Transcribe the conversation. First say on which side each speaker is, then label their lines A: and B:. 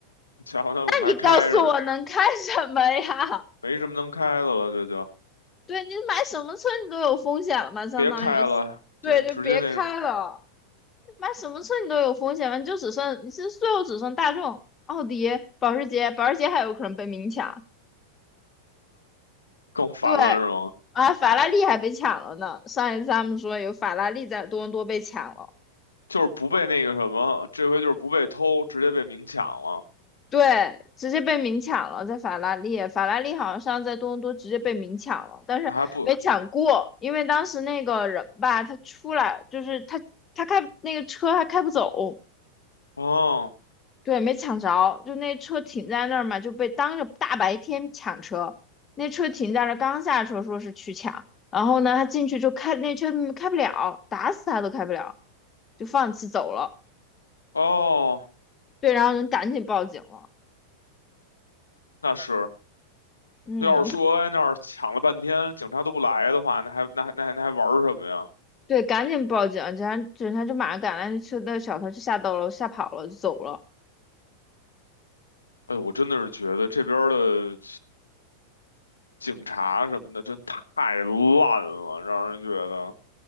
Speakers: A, on the left; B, on the left.
A: 瞧瞧，那我们还开什么？
B: 那你告诉我能开什么呀？
A: 没什么能开的了，这就
B: 对你买什么车你都有风险了嘛，相当于，
A: 别开了。
B: 对，
A: 对，直接那种
B: 就别开了。买什么车你都有风险吗？就只剩你是最后只剩大众、奥迪、保时捷，保时捷还有可能被明抢。
A: 更烦了是吗？
B: 对啊，法拉利还被抢了呢。上一次他们说有法拉利在多伦多被抢了，
A: 就是不被那个什么，这回就是不被偷，直接被明抢了。
B: 对，直接被明抢了，在法拉利，法拉利好像上次在多伦多直接被明抢了，但是没抢过，
A: 那还不，
B: 因为当时那个人吧，他出来就是他他开那个车还开不走，
A: 哦
B: 对，没抢着，就那车停在那儿嘛，就被当着大白天抢车。那车停在那儿，刚下车说是去抢，然后呢，他进去就开那车嗯开不了，打死他都开不了，就放弃走了。
A: 哦，
B: 对，然后人赶紧报警了。
A: 那是。
B: 嗯，
A: 要是说哎那儿抢了半天，警察都不来的话，那还那还那还那还玩儿什么呀？
B: 对，赶紧报警，警察警察就马上赶来，那车的小偷就下到了，吓跑了，就走了。
A: 哎，我真的是觉得这边儿的。警察什么的，真太烂了，让人觉得